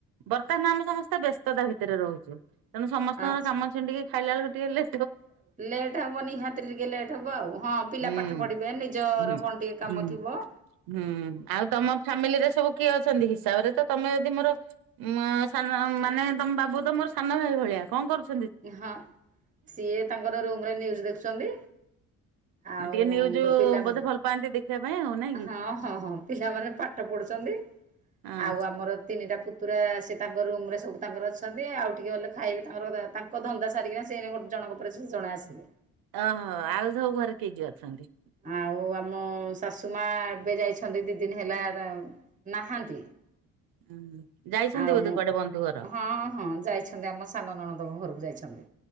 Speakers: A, on the right (about 80°); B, on the right (about 20°).
A: ବର୍ତ୍ତମାନ ଆମେ ସମସ୍ତେ ବ୍ୟସ୍ତତା ଭିତରେ ରହୁଛୁ। ତେଣୁ ସମସ୍ତଙ୍କର
B: ଆଚ୍ଛା
A: କାମ ଛିଣ୍ଡିକି ଖାଇଲା ବେଳକୁ ଟିକେ ଲେ
B: ଲେଟ୍ ହବ ନିହାତି ଟିକେ ଲେଟ୍ ହବ ଆଉ ହଁ ପିଲା
A: ହୁଁ
B: ପାଠ ପଢିବେ ନିଜର
A: ହୁଁ।
B: କଣ ଟିକେ କାମ
A: ହୁଁ
B: ମଥିବ।
A: ହୁଁ, ଆଉ ତମ ଫ୍ୟାମିଲିରେ ସବୁ କିଏ ଅଛ୍ କେମିତି, ହିସାବରେ ତ ତମେ ବି ମୋର ମା ସାନ ମାନେ ତମ ବାବୁ ତ ମୋର ସାନଭାଇ ଭଳିଆ କଣ କରୁଛ?
B: ହଁ, ସିଏ ତାଙ୍କର ରୁମରେ ନ୍ୟୁଜ୍ ଦେଖୁଛନ୍ତି। ଆଉ
A: ଟିକେ ନ୍ୟୁଜ
B: ପିଲାମାନେ,
A: ବୋଧେ ଭଲ ପାଆନ୍ତି ଦେଖିବା ପାଇଁ ଆଉ ନାଇଁ କି?
B: ହଁ-ହଁ-ହଁ ପିଲାମାନେ ପାଠ ପଢୁଛନ୍ତି। <inaudible>
A: ହଁ
B: ଆଉ ଆମର ତିନିଟା ପୁ ପୁରା ସେ ତାଙ୍କ ରୁମରେ ସବୁ ତାଙ୍କର ଅଛନ୍ତି, ଆଉ ଟିକିଏ ଗଲେ ଖାଇବେ ତାଙ୍କର ପା ତାଙ୍କ୍ ତାଙ୍କ ଧନ୍ଦା ସାରିକିନା ସେ ଜଣଙ୍କ ପରେ ସେ ଜଣେ ଆସିବେ।
A: ଅହଅ ଆଉ ସବୁ ଘରେ କିଏ କିଏ ଅଛନ୍ତି?
B: ଆଉ ଆମ ଶାଶୁମାଆ ଏବେ ଯାଇଛନ୍ତି ଦି ଦିନ ହେଲା ନାହାନ୍ତି।
A: ହୁଁ ଯାଇଛନ୍ତି
B: ଆଉ
A: ବୋଧେ କୁଆଡେ ବନ୍ଧୁ ଘର
B: ହଁ ହଁ ଯାଇଛନ୍ତି ଆମ ସାନ ନଣନ୍ଦଙ୍କ ଘରକୁ ଯାଇ ଛନ୍ତି,